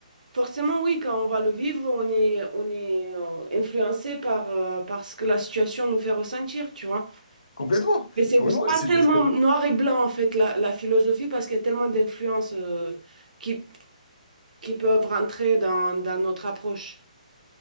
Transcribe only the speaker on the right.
forcément oui, quand on va le vivre, on est, on est euh, influencé par, euh, par ce que la situation nous fait ressentir, tu vois.
Mais c'est
c'est pas
tellement
noir et blanc, en fait, la, la philosophie, parce qu'il y a tellement d'influences euh, qui, qui peuvent rentrer dans, dans notre approche.